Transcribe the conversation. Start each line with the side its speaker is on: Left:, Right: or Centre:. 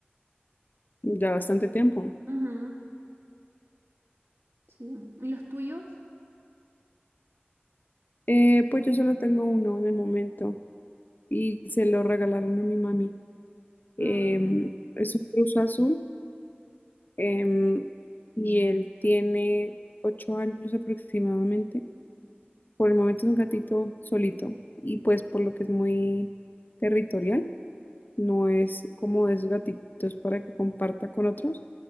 Left: Ya bastante tiempo.
Right: Ujú, sí. ¿Y los tuyos?
Left: Eh, pues yo solo tengo uno en el momento y se lo regalaron a mi mami. Em,
Right: Mm,
Left: es un ruso azul em, y él tiene ocho años aproximadamente. Por el momento es un gatito solito y pues por lo que es muy territorial, no es como esos gatitos para que comparta con otros,